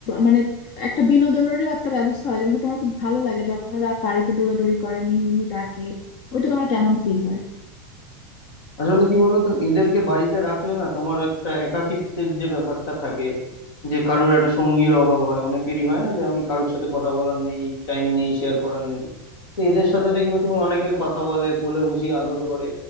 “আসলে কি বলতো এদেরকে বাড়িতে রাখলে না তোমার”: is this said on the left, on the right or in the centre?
Left